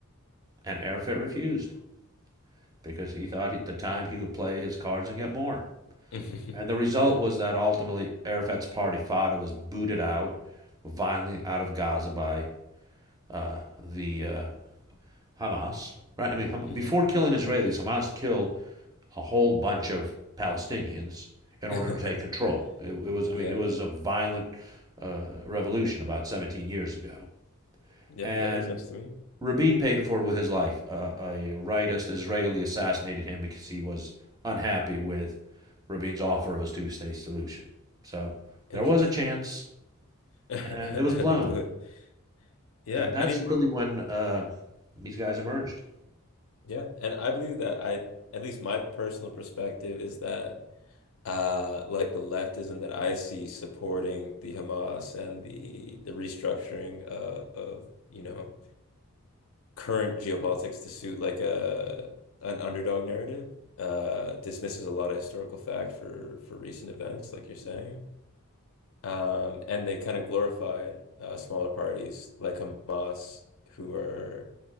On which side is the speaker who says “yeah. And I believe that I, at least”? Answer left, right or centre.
Left